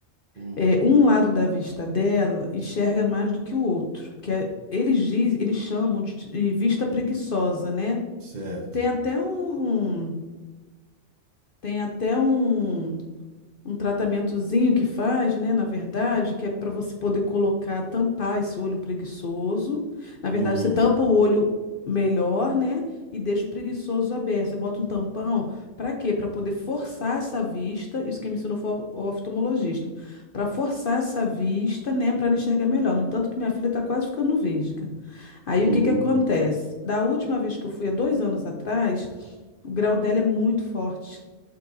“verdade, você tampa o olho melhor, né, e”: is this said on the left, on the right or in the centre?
Left